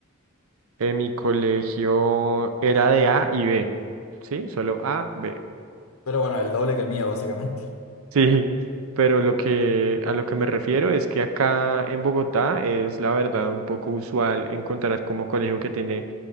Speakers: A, on the right; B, on the left.
A: en mi colegio era de A y B. ¿Sí? Solo A, B.
B: Pero bueno, el doble que el mío, básicamente.
A: Sí, pero lo que a lo que me refiero es que acá en Bogotá es la verdad un poco usual encontrar como colegio que tiene